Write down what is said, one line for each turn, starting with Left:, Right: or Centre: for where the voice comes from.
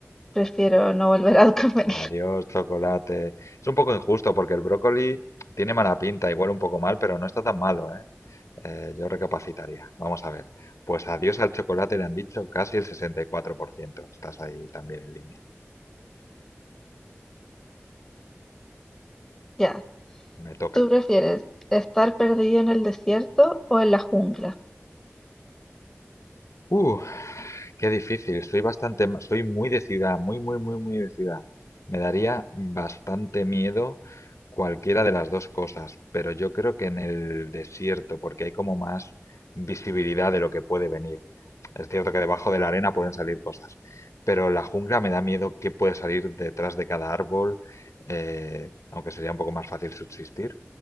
Centre: Prefiero no volver a <laughs> comerlo.
Left: Adiós, chocolate. Es un poco injusto porque el brócoli tiene mala pinta, igual un poco mal, pero no está tan malo, ¿eh? Eh, yo recapacitaría. Vamos a ver. Pues adiós al chocolate le han dicho casi el 64%. Estás ahí también en línea.
Centre: Ya,
Left: Me toca.
Centre: ¿tú prefieres estar perdido en el desierto o en la jungla?
Left: Uh, Qué difícil, soy bastante, ma- soy muy decidida, muy, muy, muy, muy decidida. Me daría bastante miedo cualquiera de las dos cosas, pero yo creo que en el desierto, porque hay como más visibilidad de lo que puede venir. Es cierto que debajo de la arena pueden salir cosas, pero la jungla me da miedo qué puede salir detrás de cada árbol, eh, aunque sería un poco más fácil subsistir.